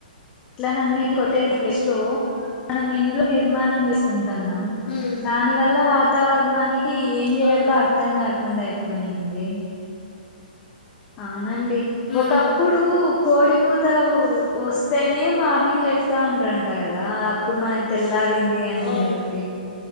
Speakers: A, on the left; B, on the left.
A: అట్లాన్ని కొట్టే ప్లేస్ లో మనం ఇండ్లు నిర్మాణం చేసుకుంటున్నాం
B: ఉమ్,
A: దాని వల్ల వాతావరణానికి ఏం చేయాలో
B: అవును
A: అర్థం కాకుండా అయిపోయింది అవునండి
B: ఉమ్,
A: ఒకప్పుడు కోడి కూతు వస్తేనే మార్నింగ్ లేస్తా ఉండ్రంట కదా అప్పుడు మనకి తెల్లా మరింది అని
B: అవును
A: చెప్పి